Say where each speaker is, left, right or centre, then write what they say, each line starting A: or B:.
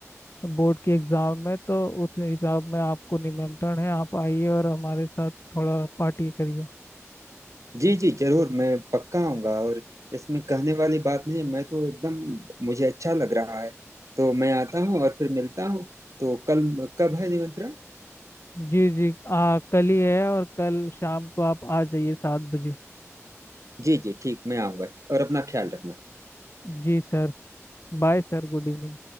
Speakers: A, on the left; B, on the right.
A: बोर्ड के एग्ज़ाम में तो उस हिसाब में आपको निमंत्रण है आप आइए और हमारे साथ थोड़ा पार्टी करिए
B: जी जी जरूर मैं पक्का आऊंगा और इसमें कहने वाली बात नहीं मैं तो एकदम मुझे अच्छा लग रहा है तो मैं आता हूँ और फिर मिलता हूँ तो कल कब है निमंत्रण
A: जी जी आ, कल ही है और कल शाम को आप आ जाइए सात बजे
B: जी जी ठीक मैं आऊंगा और अपना ख्याल रखना
A: जी sir bye sir good evening